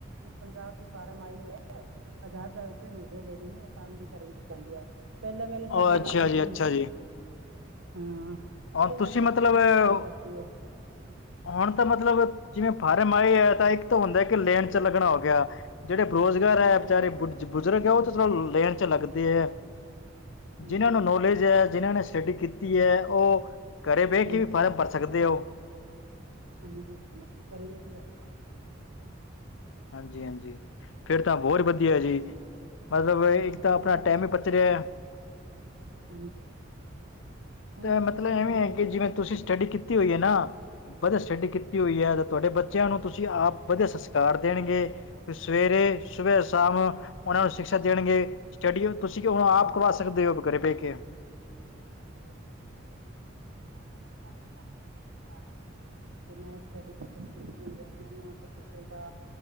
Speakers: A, on the right; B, on the left.
A: ਪੰਜਾਬ ਚ ਫਾਰਮ ਆਈ ਹੋਈ ਐ ਹਜ਼ਾਰ ਹਜ਼ਾਰ ਰੁਪਏ ਮਿਲਦੇ ਨੇ ਲੇਡੀਜ਼ ਨੂੰ। ਉਹ ਫ਼ਾਰਮ ਵੀ <unintelligible> ਪਹਿਲਾਂ ਮੈਨੇ ਸਰਵੇ
B: ਉਹ ਅੱਛਾ
A: ਕੀਤੀ
B: ਜੀ
A: ਸੀ
B: ਅੱਛਾ ਜੀ
A: ਹਾਂ <unintelligible>
B: ਔਰ
A: <inaudible> ਤੇ ਮੈਂ,
B: ਤੁਸੀਂ
A: ਫੋਨ
B: ਮਤਲਬ
A: ਤੇ ਬਹੁਤ ਕੰਮ ਕਰਦੀ ਐ।
B: ਹੁਣ ਤਾਂ ਮਤਲਬ ਜਿਵੇਂ ਫਾਰਮ ਆਏ ਐ, ਤਾਂ ਇੱਕ ਤਾਂ ਹੁੰਦਾ ਕਿ, ਲੇਣ
A: ਹਮ,
B: 'ਚ ਲੱਗਣਾ ਹੋ ਗਿਆ। ਜਿਹੜੇ ਬਰੋਜ਼ਗਾਰ ਐ,
A: ਨਹੀਂ
B: ਵਿਚਾਰੇ
A: ਨਹੀਂ
B: ਬੁ ਬੁਜ਼ੁਰਗ ਐ, ਉਹ
A: ਹਮ,
B: ਤਾਂ ਚਲੋਂ ਲੇਣ'ਚ ਲੱਗਦੇ ਐ।
A: ਹਮ,
B: ਜਿਹਨਾਂ ਨੂੰ ਨੌਲੇਜ ਐ, ਜਿਹਨਾਂ ਨੇ ਸਟੱਡੀ ਕੀਤੀ ਐ, ਉਹ ਘਰੇ ਬਹਿ
A: ਹਾਂਜੀ
B: ਕੇ ਵੀ ਫਾਰਮ ਕਰ ਸਕਦੇ ਹੋ।
A: ਹਾਂਜੀ, ਹਾਂਜੀ, ਘਰੇ ਵੇਖਕੇ ਬੈਲਾਂ
B: ਹਾਂਜੀ-ਹਾਂਜੀ। ਫੇਰ ਤਾਂ, ਹੋਰ ਵਧੀਆ ਜੀ। ਮਤਲਬ,
A: ਹਮ,
B: ਇੱਕ ਤਾ ਆਪਣਾ
A: ਮੈਂ
B: ਟੈਮ ਹੀ ਬਚ ਰਿਹਾ
A: ਹਾਂਜੀ ਹੁਣ
B: ਤਾਂ
A: ਵੀ
B: ਮਤਲਬ
A: ਮੇਰੇ,
B: ਐਵੇਂ
A: ਘਰੇ
B: ਹੈ
A: ਆਈ
B: ਕਿ
A: ਬੈਠੇ
B: ਜਿਵੇਂ
A: ਆ ਲੋੇਡੀ
B: ਤੁਸੀਂ ਸਟੱਡੀ
A: ਦੇ
B: ਕੀਤੀ ਹੋਈ ਹੈ ਨਾ ਵਧੀਆ ਸਟੱਡੀ ਕੀਤੀ ਹੋਈ ਹੈ ਤਾਂ ਤੁਹਾਡੇ ਬੱਚਿਆਂ ਨੂੰ ਤੁਸੀਂ
A: ਹਾਂਜੀ
B: ਆਪ ਵਧੀਆ ਸੰਸਕਾਰ ਦੇਣਗੇ। ਸਵੇਰੇ, ਸੁਬੇ ਸ਼ਾਮ ਉਹਨਾਂ ਨੂੰ ਸ਼ਿਕਸ਼ਾ ਦੇਣਗੇ ਸਟੱਡੀਓ ਤੁਸੀਂ ਕਿ ਹੁਣ ਆਪ
A: ਹਾਂਜੀ
B: ਕਰਵਾ ਸਕਦੇ ਹੋ ਘਰੇ ਬਹਿ ਕੇ <inaudible>
A: ਹਾਂਜੀ ਹਾਂਜੀ ਤੁਹਾਡੀ ਗੱਲ <unintelligible> ਤੇ ਮੈਂ ਸਟਫੀ ਕੀਤੀ ਹੈ ਮੈਨੂੰ ਕਪਿਊਟਰ ਦਾ